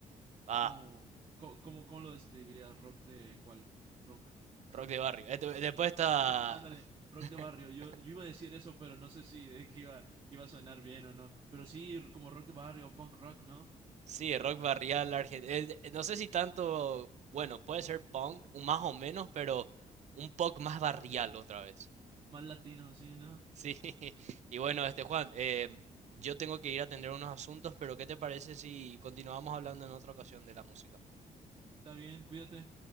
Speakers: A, on the right; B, on the right.
A: Ah,
B: Es como, co- ¿cómo, cómo lo describirías? ¿Rock de cuál? ¿Rock?
A: rock de barrio. Eh, de- Después está.
B: Punk rock, ándale, rock
A: <laughs>
B: de barrio. Yo, yo iba a decir eso, pero no sé si es que iba, iba a sonar bien o no. Pero sí, como rock de barrio, punk rock, ¿no?
A: Sí, rock barrial argentino. No sé si tanto. Bueno, puede ser punk, un más o menos, pero un poco más barrial otra vez.
B: Más latino, sí, ¿no?
A: Sí. <laughs> Y bueno, este Juan, eh, yo tengo que ir a atender unos asuntos, pero ¿qué te parece si continuamos hablando en otra ocasión de la música?
B: Está bien, cuídate.